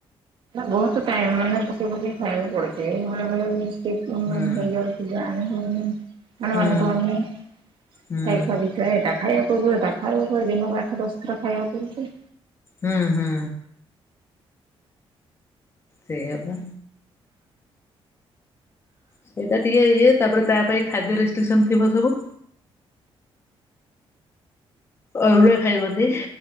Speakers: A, on the right; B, on the left.
A: ବହୁତ ଟାଇମ୍ ମାନେ ପକେଇ ପକେଇ ଖାଇବାକୁ ପଡୁଛି ବେଳେ ବଳେ <unintelligible>
B: ହୁଁ
A: ହେଇଯାଉଛି। ଜାଣି ହଉନି। ମାନେ
B: ହୁଁ
A: ମନେ ପଡୁନି <unintelligible>
B: ହୁଁ
A: ହେଟା ଖାଇବାକୁ କରିବି ଦିନରେ ଆଠ ଦଶଥର ଖାଇବା କରିକି
B: ହୁଁ ହୁଁ। ସେଇଆପା। ସେଇଟା ଟିକେ ଇଏ ତାପରେ ତାପାଇଁ ଖାଦ୍ୟ ରେଷ୍ଟ୍ରିକସନ ଥିବ ସବୁ। ଅରୁଆ ଖାଇବନି।